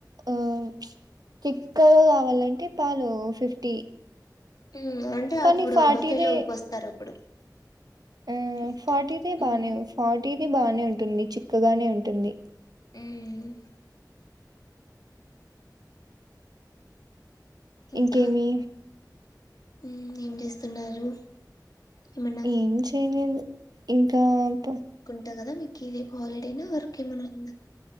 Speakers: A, on the right; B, on the left.
A: ఆ చిక్కగా కావాలంటే పాలు ఫిఫ్టీ
B: ఊ అంటే
A: కానీ
B: అప్పుడు
A: ఫార్టీదే
B: బఫేలో కోస్తారు అప్పుడు
A: ఆ
B: ఫిఫ్టీ
A: ఫార్టీ దే బానే
B: మ్మ్
A: ఫార్టీ ది బానే ఉంటుంది చిక్కగానే ఉంటుంది
B: మ్మ్ ఇంకా
A: ఇంకేమి
B: మ్మ్ ఏం చేస్తున్నారు ఏమన్నా
A: ఏమి చేయలేదు ఇంకా పో
B: తగద మీకిది హాలిడేనా వర్క్ ఏమైనా ఉందా